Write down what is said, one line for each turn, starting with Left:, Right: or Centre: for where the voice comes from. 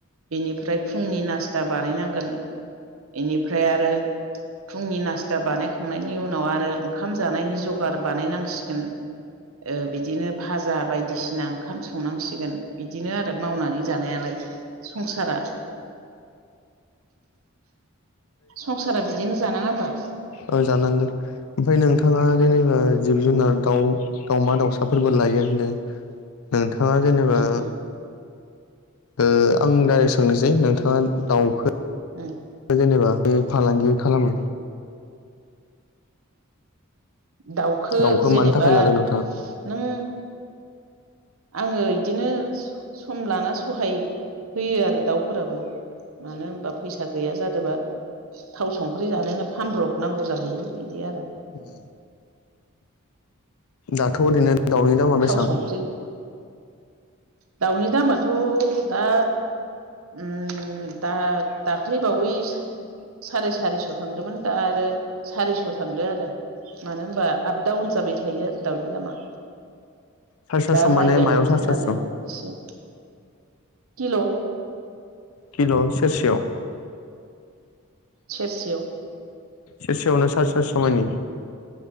Right: इनिफ्राय फुंनि नास्ता बानायनांगोन इनिफ्राय आरो फुंनि नास्टा बानायखांनायनि उनाव आरो ओंखाम जानायनि जगार बानायनांसिगोन ओ
Left: उम
Right: बिदिनो भाजा बायदिसिना ओंखाम संनांसिगोन बिदिनो आरो मावनानै जानायालाय। संसारा संसारा बिदिनो जानाङा ओमबा
Left: औ जानांगोन ओमफ्राय नोंथाङा जेनेबा
Right: उम
Left: जिब जुनार दाउ दाउमा दाउसाफोरबो लायो होनदों नोंथाङा जेनेबा
Right: उम
Left: ओ आं डाइरेक सोंनोसै नोंथाङा दाउखो
Right: उम
Left: जेनेबा बे फालांगि खालाम
Right: दाउखो
Left: दाउखौ
Right: जेनेबा
Left: मानि थाखाय लादों नोंथाङा
Right: नों आङो इदिनो सम लाना सहाय होयो आरो दाउफोराबो मानो होनबा फैसा गैया जादोबा थाव संख्रि जानोनो फानब्रब नांगौ जाहैयो बिदि आरो
Left: उम दाथ' ओरैनो दाउनि दामा बेसेबां
Right: थाव संख्रि दाउनि दामाथ' दा उम दा दाख्लै बावैसो साराय सारिस' थांदोंमोन दा आरो सारिस' थांदो आरो मानो होमबा आप दाउन जाबाय थायो आरो दाउनि दामा
Left: साराय सारिस'
Right: दा माइ
Left: माने
Right: गायनाय
Left: मायाव
Right: दिन
Left: साराय सारिस'
Right: नालाय एसे हेल'
Left: किल' सेरसेआव
Right: सेरसेयाव
Left: सेरसेयावनो सारि सारिस मानि